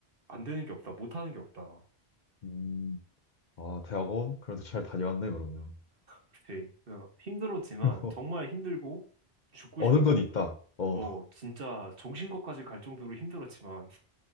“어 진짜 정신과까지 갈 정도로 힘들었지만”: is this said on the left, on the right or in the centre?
Right